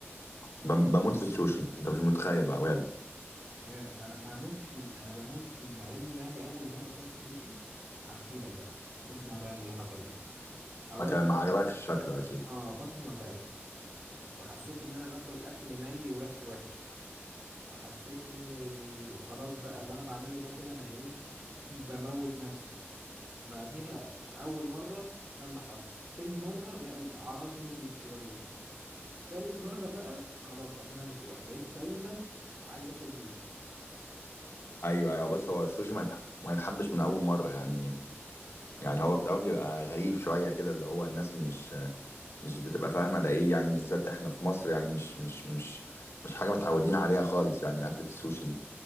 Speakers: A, on the left; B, on the right.
A: بم- بموت في السوشي انت مش متخيل بقى بجد
B: يا انا بموت فيه انا بموت فيه مع اني يعني اول مره اكلت سوشي احكي لك بقى اسمع بقى اللي حصل لي اولا
A: ما كان ما عجبكش شكله اكيد
B: اه بطني وجعت وحسيت ان انا باكل اكل ني وريحته وحشه وحسيت ان ال- خلاص بقى اللي انا بعمله ده كده انا ايه <laughs> بموت نفسي بعديها اول مرة ده اللي حصل تاني مرة لا الاعراض هديت شوية تالت مرة بقى خلاص ادمنته بقى بقيت دايما عايز اكل سوشي
A: ايوه ايوه بص هو السوشي ما يتح- ما يتحبش من اول مره يعني يعني هو في الاول بيبقى غريب شويه كده اللي هو الناس مش مش بتبقى فاهمه ده ايه يعني بالذات احنا في مصر يعني مش مش مش مش حاجه متعودين عليها خالص يعني اكله السوشي دي